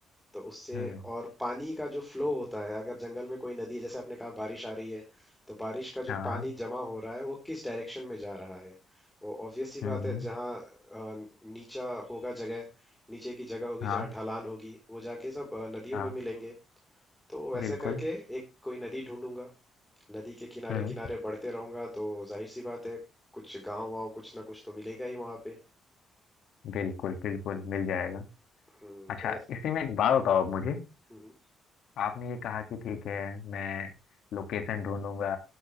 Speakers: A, in the centre; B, on the left.
A: तो उससे
B: हम्म
A: और पानी का जो फ्लो होता है अगर जंगल में कोई नदी है जैसे आपने कहा बारिश आ रही है तो बारिश का जो
B: हाँ
A: पानी
B: हाँ
A: जमा हो रहा है वो किस डायरेक्शन में जा रहा है वो ऑब्वियस सी
B: हम्म
A: बात है
B: हम्म,
A: जहाँ अ, नीचा होगा जगह नीचे की जगह होगी
B: हाँ
A: जहाँ ढलान होगी वो जाके सब अ, नदियों
B: हाँ
A: में मिलेंगे तो
B: बिल्कुल
A: ऐसे करके एक कोई नदी ढूंढूंगा नदी के किनारे
B: हम्म
A: किनारे बढ़ते रहूंगा तो जाहिर सी बात है कुछ गांव वाँव कुछ ना कुछ तो मिलेगा ही वहां पे
B: बिल्कुल बिल्कुल मिल जाएगा
A: हम्म
B: अच्छा
A: तो ऐस-
B: इसी में एक बात बताओ अब मुझे
A: हम्म,
B: आपने ये कहा कि ठीक है मैं लोकेशन ढूंढूंगा